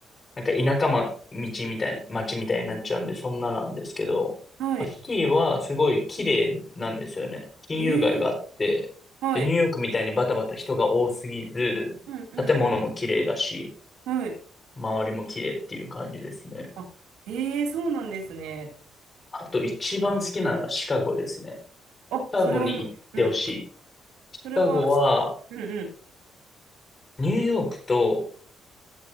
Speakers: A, on the left; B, on the right.
A: なんか田舎ま、道みたいな、街みたいになっちゃうんで、そんななんですけど、
B: はい、
A: まあシティはすごい綺麗なんですよね。金融街があって、
B: ええはい、
A: で、ニューヨークみたいにバタバタ人が多すぎず、
B: うんう
A: 建物も綺麗だし、
B: んうん、はい。
A: 周りも綺麗っていう感じですね。
B: あ、ええそうなんですね。
A: あと一番好きなのはシカゴですね。
B: あ、
A: シカゴに行ってほしい。
B: それはな、うん、
A: シカゴは、
B: それは、うんうん、
A: ニューヨークと